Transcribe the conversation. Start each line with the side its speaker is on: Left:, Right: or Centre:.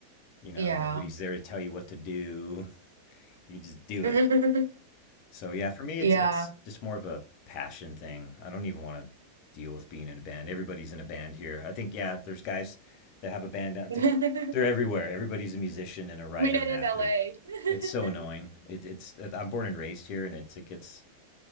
Left: You know
Right: Yeah.
Left: nobody's there to tell you what to do. <laughs> You just do
Right: <laughs>
Left: it. So yeah, for me it's
Right: Yeah.
Left: it's just more of a passion thing. I don't even want to deal with being in a band. Everybody's in a band here. I think yeah, there's guys that have a band. out-
Right: <laughs>
Left: There's
Right: I
Left: they're everywhere. Everybody's a musician and a writer
Right: mean, it
Left: and
Right: is
Left: actor.
Right: LA. <laughs>
Left: It's so annoying. It, it's I'm born and raised here, and it's it gets